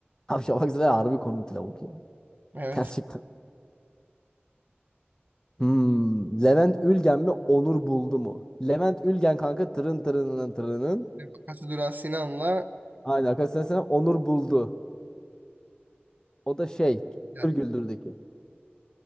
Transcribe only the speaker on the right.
Evet.
Bakası Duran Sinan'la
Gülden.